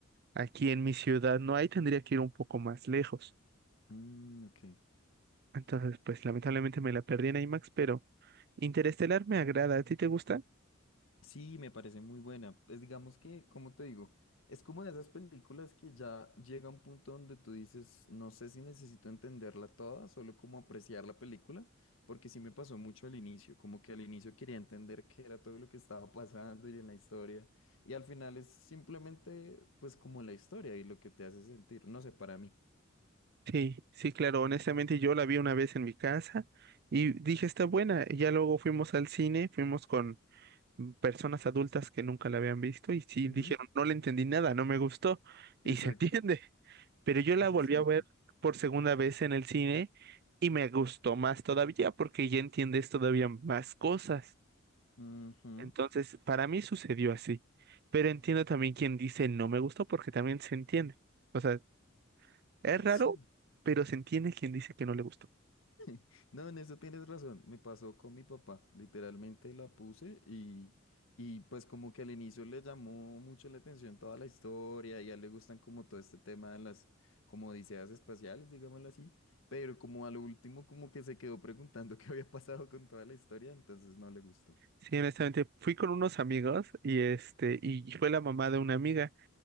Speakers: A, on the right; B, on the left.
A: aquí en mi ciudad no hay, tendría que ir un poco más lejos.
B: Mm, ok.
A: Entonces, pues lamentablemente me la perdí en IMAX, pero Interestelar me agrada. ¿A ti te gusta?
B: Sí, me parece muy buena. Pues digamos que, como te digo, es como de esas películas que ya llega a un punto donde tú dices, no sé si necesito entenderla toda, solo como apreciar la película, porque sí me pasó mucho al inicio, como que al inicio quería entender qué era todo lo que estaba pasando y en la historia, y al final es simplemente pues como la historia y lo que te hace sentir, no sé, para mí.
A: Sí, sí, claro, honestamente yo la vi una vez en mi casa y dije, está buena. y Ya luego fuimos al cine, fuimos con personas adultas que nunca la habían visto y sí
B: Ujú,
A: dijeron, no le entendí nada, no me gustó
B: Exacto,
A: y se <laughs> entiende. Pero yo la
B: <laughs> exacto.
A: volví a ver por segunda vez en el cine y me gustó más todavía porque ya entiendes todavía más cosas.
B: Ujú.
A: Entonces, para mí sucedió así. Pero entiendo también quien dice no me gustó porque también se entiende. O sea, es
B: Eh,
A: raro,
B: Sí,
A: pero se entiende quien dice que no le gustó.
B: <laughs> No, en eso tienes razón. Me pasó con mi papá. Literalmente la puse y, y pues como que al inicio le llamó mucho la atención toda la historia y a él le gustan como todo este tema de las como odiseas espaciales, digámoslo así. Pero como a lo último como que se quedó preguntando <laughs> qué había pasado con toda la historia, entonces no le gustó.
A: Sí, honestamente, fui con unos amigos y este, y fue la mamá de una amiga.